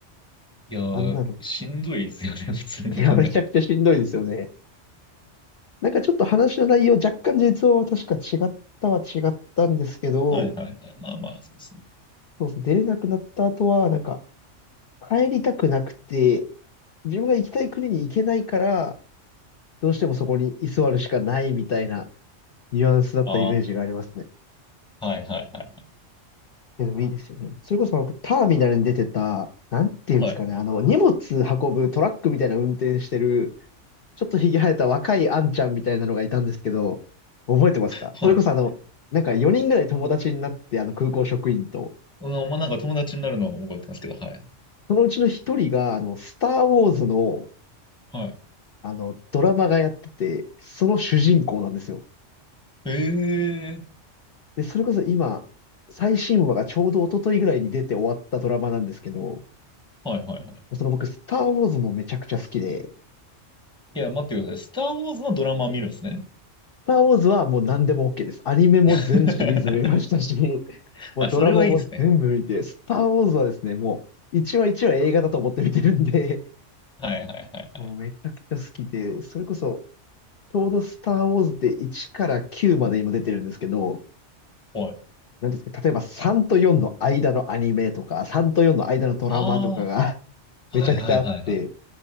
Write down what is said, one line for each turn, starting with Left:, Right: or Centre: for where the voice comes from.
Centre: いやー、
Left: あんなの。
Centre: しんどいですよね、<laughs> 普通に考えて。
Left: いや、めちゃくちゃしんどいですよね。なんかちょっと話の内容、若干実話は確か違ったは違ったんですけど、
Centre: はいはいはい。まあまあ、そうですね。
Left: そうですね、出れなくなった後は、なんか帰りたくなくて、自分が行きたい国に行けないから、どうしてもそこに居座るしかないみたいな。ニュアンスだったイメージがありますね。
Centre: ああ、はいはいはい
Left: でもいいですよね。それこそ僕、ターミナルに出てた、なんていうんですかね、
Centre: はい。
Left: あの、荷物運ぶトラックみたいな運転してる、ちょっとひげ生えた若いあんちゃんみたいなのがいたんですけど、覚えてますかそれこそあの、
Centre: はい。
Left: なんか4人ぐらい友達になって、あの空港職員と、
Centre: うんまあなんか友達になるのは覚えてますけど、はい。
Left: そのうちの1人が、あの、スター・ウォーズの、
Centre: はい。
Left: あの、ドラマがやってて、その主人公なんですよ。
Centre: ええ、
Left: で、それこそ今、最新話がちょうど一昨日ぐらいに出て終わったドラマなんですけど、
Centre: はいはいはい。
Left: その僕、スター・ウォーズもめちゃくちゃ好きで、
Centre: いや、待ってください。スター・ウォーズのドラマを見るんですね。
Left: スター・ウォーズはもう何でも OK です。アニメも全シリーズ見ましたし、
Centre: <laughs>
Left: <laughs> もうドラマも全部見て、
Centre: あ、それはいいんですね。
Left: スター・ウォーズはですね、もう一話一話映画だと思って見てるんで、
Centre: はいはいはいはい。
Left: <laughs> もうめちゃくちゃ好きで、それこそ、ちょうどスター・ウォーズって1から9まで今出てるんですけど、
Centre: はい。
Left: なんですか、例えば3と4の間のアニメとか、3と4の間のドラマとかが
Centre: あ
Left: <laughs> めちゃくちゃあって、
Centre: あ、はいはいはいはい。